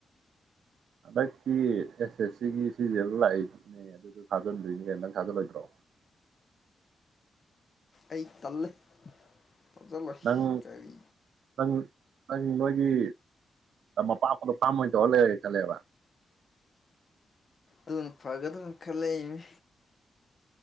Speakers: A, on the right; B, on the left.
A: ꯍꯟꯗꯛꯀꯤ ꯑꯦꯁ ꯑꯦꯁ ꯁꯤꯒꯤ ꯁꯤꯁ ꯂꯥꯛꯏꯅꯦ ꯑꯗꯨꯁꯨ ꯊꯥꯖꯤꯟꯗꯣꯏꯅꯤ ꯀꯩꯗꯪ ꯊꯥꯖꯤꯜꯂꯣꯏꯗ꯭ꯔꯣ
B: ꯑꯩ ꯇꯜꯂꯦ ꯐꯖꯜꯂꯁꯤ
A: ꯅꯪ
B: ꯀꯔꯤ
A: ꯅꯪ ꯅꯪ ꯅꯣꯏꯒꯤ ꯃꯄꯥ ꯐꯗ ꯐꯥꯔꯝ ꯑꯣꯏꯅ ꯇꯧꯔ ꯂꯩꯔꯒꯦ ꯈꯠꯂꯛꯦꯕ
B: ꯑꯗꯨꯅ ꯐꯒꯗꯅ ꯈꯜꯂꯅꯦ